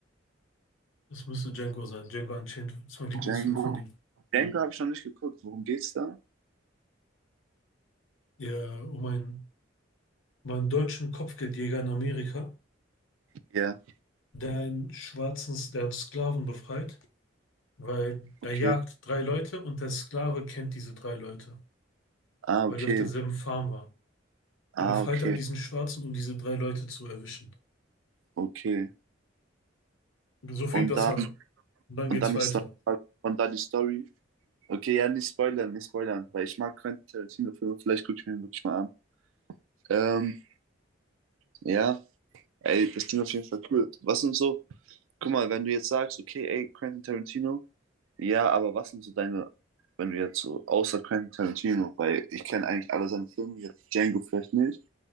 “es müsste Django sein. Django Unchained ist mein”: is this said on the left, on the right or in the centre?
Left